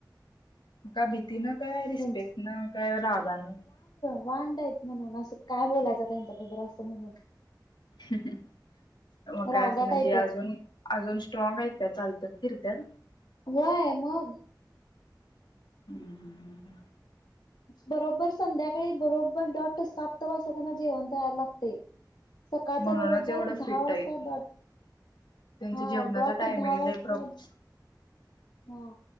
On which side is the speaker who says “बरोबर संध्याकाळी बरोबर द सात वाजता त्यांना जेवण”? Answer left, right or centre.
Left